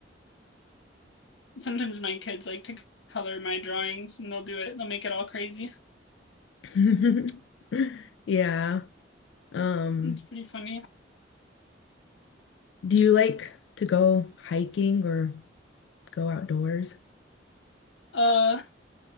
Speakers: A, on the left (about 85°); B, on the left (about 70°).
A: Sometimes my kids like to color my drawings and they'll do it. They'll make it all crazy.
B: <laughs> Yeah. Um,
A: It's pretty funny.
B: do you like to go hiking or go outdoors?
A: Uh,